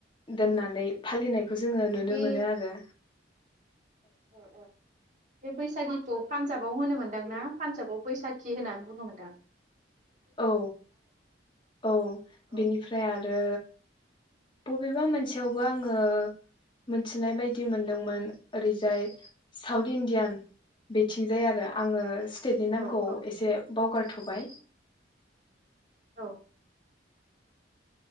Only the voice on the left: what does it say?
दोननानै फालिनायखौ जोङो नुनो
मोनो आरो।
औ औ
बिनिफ्राय आरो बबेबा मोनसेयावबो आङो मोनथिनाय बायदि मोनदोंमोन ओरैजाय साउथ इण्डियान बिथिं जाय आरो आङो सि टेटनि नामखौ
एसे बावगारथबाय।